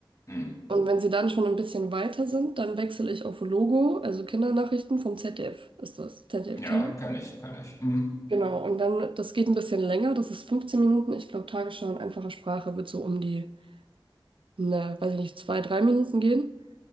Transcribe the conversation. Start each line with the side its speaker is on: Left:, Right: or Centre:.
Left: Hm.
Right: Und wenn sie dann schon ein bisschen weiter sind, dann wechsle ich auf Logo, also Kindernachrichten vom ZDF ist das, ZDF
Left: Ja,
Right: TV.
Left: kann ich, kann ich. Hm.
Right: Genau, und dann, das geht ein bisschen länger, das ist 15 Minuten. Ich glaube, Tagesschau in einfacher Sprache wird so um die, ne, weiß ich nicht, zwei, drei Minuten gehen.